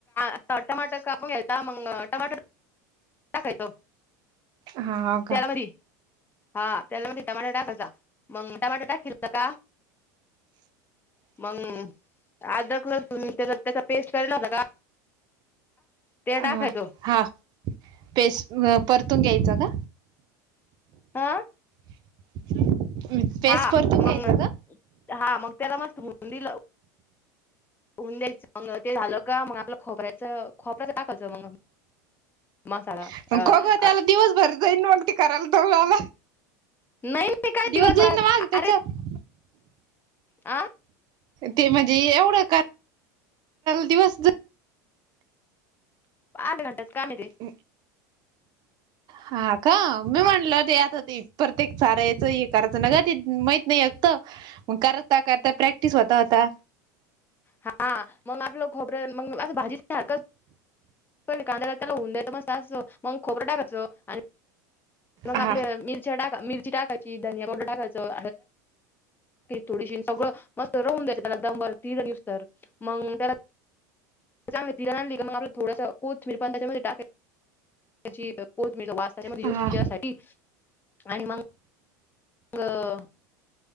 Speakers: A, on the left (about 20°); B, on the right (about 45°).
A: का टमाटर कापून घ्यायचा मग टमाटर <unintelligible>
B: हा का
A: तेलामधी हा तेलामध्ये टोमाॅटो टाकायचा मग टोमाॅटो टाकेलं का
B: <inaudible>
A: मग अद्रक, लसून त्याचा त्याचा पेस्ट करायला लागल का ते टाकायचं
B: अ हा पेस्ट परतून घ्यायचं का
A: हा
B: <inaudible>
A: हा
B: परतून घ्यायचं
A: मग हा मग त्याला मस्त भुनुन दिलं होऊन द्यायचं मग ते झालं का मग आपलं खोबऱ्याच खोबऱ्याच टाकायचं मग मसाला
B: का
A: अह
B: खो ग त्याला
A: अ
B: दिवसभर <unintelligible> करायला
A: नाही नाही काय
B: दिवस
A: दिवनभर
B: जाईन ना माझ त्याच्यात
A: अरे अ
B: ते म्हणजे एवढं का दिवस
A: आध्या घंटाच काम आहे ते
B: <inaudible> हा का मी म्हटलं ते आता ते प्रत्येक चारायचं हे करायचं ना का ते माहतू नाही अत मग करता करता प्रॅक्टिस होता होता
A: हा मग आपलं खोबरे मग असं भाजी ह कांद त्याला ऊन द्याच मस्त असं खोबर टाकायच आणि मग
B: हा
A: आपल्या मिरच्या टा मिरची टाकायची धनिया पावडर टाकायचं थोडीशी सगळं मस्त राहून द्यायंच त्याला दमबर तीन दिवस तर मग त्याला त्याची चांगली धिरा आणली का थोडासा कोथिंबीर थोडंसं टाकायचं कोथिंबीरचा वास त्याला येण्यासाठी
B: हा
A: आणि मग तर